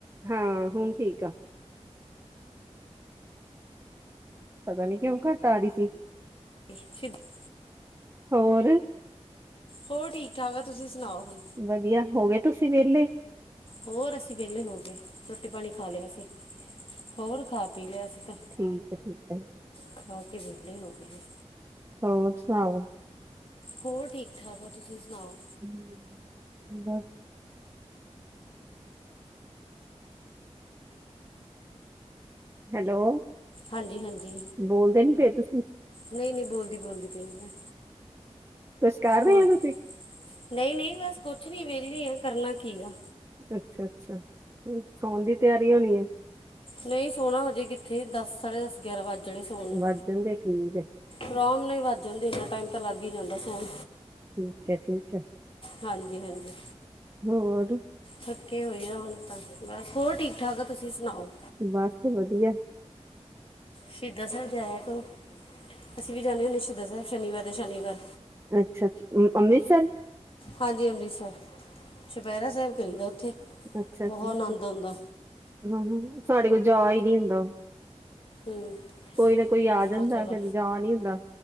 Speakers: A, on the right (about 25°); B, on the left (about 50°).
A: ਹਾਂ, ਹੁਣ ਠੀਕ ਆ। ਪਤਾ ਨੀ ਕਿਉਂ ਘੱਟ ਆ ਰਹੀ ਸੀ?
B: <unintelligible>
A: ਹੋਰ।
B: ਹੋਰ ਠੀਕ-ਠਾਕ ਆ। ਤੁਸੀਂ ਸੁਣਾਓ ਹੁਣ
A: ਵਧੀਆ, ਹੋ ਗਏ ਤੁਸੀਂ ਵਿਹਲੇ?
B: ਹੋਰ ਅਸੀਂ ਵਿਹਲੇ ਹੋ ਗਏ। ਰੋਟੀ ਪਾਣੀ ਖਾ ਲਿਆ ਸੀ। ਹੋਰ ਖਾ ਪੀ ਲਿਆ ਅਸੀ ਤਾਂ।
A: ਠੀਕ ਐ, ਠੀਕ ਐ।
B: ਖਾ ਕੇ ਵਿਹਲੇ ਹੋ ਗਏ ਆ।
A: ਹੋਰ ਸੁਣਾਓ।
B: ਹੋਰ ਠੀਕ -ਠਾਕ ਆ, ਤੁਸੀਂ ਸੁਣਾਓ।
A: ਹੂੰ, ਬਸ। ਹੈਲੋ।
B: ਹਾਂਜੀ-ਹਾਂਜੀ।
A: ਬੋਲਦੇ ਨੀ ਪਏ ਤੁਸੀਂ
B: ਨਈ-ਨਈ ਬੋਲਦੀ-ਬੋਲਦੀ ਪਈ ਆ।
A: ਕੁਛ ਕਰ
B: ਹੋਰ
A: ਰਹੇ ਹੋ ਤੁਸੀਂ
B: ਨਈ-ਨਈ ਬੱਸ ਕੁੱਛ ਨੀ ਵਿਹਲੀ ਆ, ਕਰਨਾ ਕੀ ਆ।
A: ਅੱਛਾ -ਅੱਛਾ। ਫ ਸੋਣ ਦੀ ਤਿਆਰੀ ਹੋਣੀ ਐ।
B: ਨਈ ਸੋਹਣਾ ਹਜੇ ਕਿੱਥੇ, ਦੱਸ- ਸਾਢੇ ਦਸ- ਗਿਆਰਾਂ ਵੱਜ ਜਾਣੇ ਸੋਣ ਨੂੰ।
A: ਵੱਧ ਜਾਂਦੇ ਠੀਕ ਹੈ
B: ਆਰਾਮ ਨਾਲ ਵੱਜ ਜਾਂਦੇ, ਇੰਨਾ ਟਾਈਮ ਤਾਂ ਲੱਗ ਹੀ ਜਾਂਦਾ ਸੋਣ
A: ਠੀਕ ਐ-ਠੀਕ ਐ।
B: ਹਾਂਜੀ-ਹਾਂਜੀ।
A: ਹੋ ਹੋਰ?
B: ਥੱਕੇ ਹੋਏ ਆ ਹੁਣ ਤਾਂ, ਬੱਸ ਹੋਰ ਠੀਕ-ਠਾਕ ਆ, ਤੁਸੀਂ ਸੁਣਾਓ?
A: ਬੱਸ ਵਧੀਆ।
B: ਸ਼ਹੀਦਾਂ ਸਾਹਿਬ ਜਾਇਆ ਕਰੋ, ਅਸੀਂ ਵੀ ਜਾਂਦੇ ਹੁੰਨੇ ਆ, ਸ਼ਹੀਦਾ ਸਾਹਿਬ ਸ਼ਨੀਵਾਰ ਦੇ ਸ਼ਨੀਵਾਰ।
A: ਅੱਛਾ-ਅੱਛਾ, ਅੰਮ੍ਰਿਤਸਰ?
B: ਹਾਂਜੀ, 'ਅੰਮ੍ਰਿਤਸਰ' ਚੁਪਹਿਰਾ ਸਾਹਿਬ ਕਰੀਦਾ ਉੱਥੇ।
A: ਅੱਛਾ-ਅੱਛਾ,
B: ਬਹੁਤ
A: ਹ
B: ਆਨੰਦ ਆਉਂਦਾ
A: ਹੂੰ, ਸਾਡੇ ਕੋਲ ਜਾ ਹੀ ਨਹੀ ਹੁੰਦਾ।
B: ਹੂੰ
A: ਕੋਈ ਨਾ ਕੋਈ ਆ
B: ਬਹੁਤ
A: ਜਾਂਦਾ,
B: ਜ਼ਿਆਦਾ
A: ਫੇਰ ਜਾ ਨੀ ਹੁੰਦਾ।